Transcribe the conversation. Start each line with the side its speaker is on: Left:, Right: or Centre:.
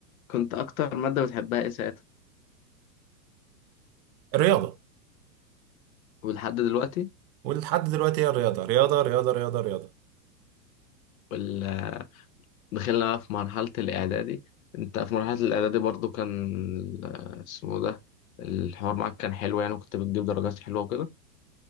Left: كنت اكتر ماده بتحبها ايه ساعتها
Right: الرياضه
Left: ولحد دلوقتي
Right: ولحد دلوقتي هي رياضة رياضة رياضة رياضة رياضة
Left: ولا دخلنا بقى في مرحله الاعدادي انت في مرحله الاعدادي برضو كان ال- اسمه ده الحوار معاك كان حلو يعني وكنت بتجيب درجات حلوه وكده